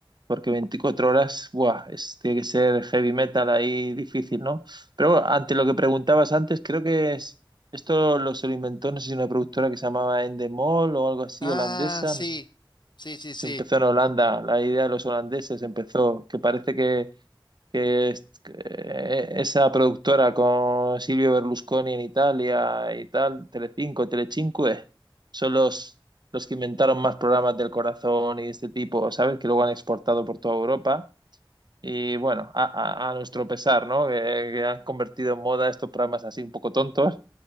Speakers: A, on the right; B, on the left.
A: porque 24 horas, buah, es- tiene que ser heavy metal ahí difícil, ¿no? Pero bueno, ante lo que preguntabas antes, creo que es, esto lo se lo inventó, no sé si una productora que se llamaba Endemol o algo así,
B: Ah,
A: holandesa,
B: sí,
A: no sé
B: sí,
A: si
B: sí, sí.
A: empezó en Holanda, la idea de los holandeses empezó, que parece que que es- eh, esa productora con Silvio Berlusconi en Italia y tal, Telecinco, Telecinque, son los, los que inventaron más programas del corazón y de este tipo, ¿sabes? Que luego han exportado por toda Europa. Y bueno, a, a- a nuestro pesar, ¿no? Que, que han convertido en moda estos programas así un poco tontos,